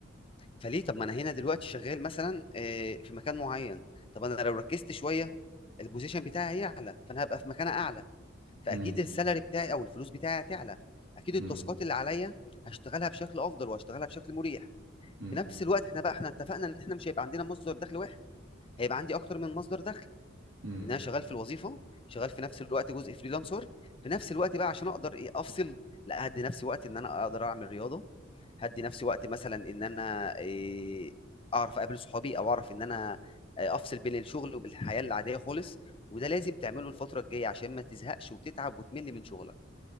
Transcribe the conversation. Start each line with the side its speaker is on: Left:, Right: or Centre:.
Left: فليه طب ما انا هنا دلوقتي شغال مثلا آه، في مكان معين طب انا لو ركزت شويه البوزيشن بتاعي هيعلى فانا هبقى في مكان اعلى فاكيد
Right: امم
Left: السالري بتاعي او الفلوس بتاعي هتعلى اكيد التاسكات
Right: امم
Left: اللي عليا هشتغلها بشكل افضل وهشتغلها بشكل مريح
Right: امم
Left: في نفس الوقت احنا بقى احنا اتفقنا ان احنا مش هيبقى عندنا مصدر دخل واحد هيبقى عندي اكتر من مصدر دخل
Right: امم
Left: ان انا شغال في الوظيفه شغال في نفس الوقت جزء فريلانسر في نفس الوقت بقى عشان اقدر ايه افصل لا هدي نفسي وقت ان انا اقدر اعمل رياضه هدي نفسي وقت مثلا ان انا إيه اعرف اقابل صحابي او اعرف ان انا آه، افصل بين الشغل وبالحياه العاديه خالص وده لازم تعمله الفتره الجايه عشان ما تزهقش وتتعب وتمل من شغلك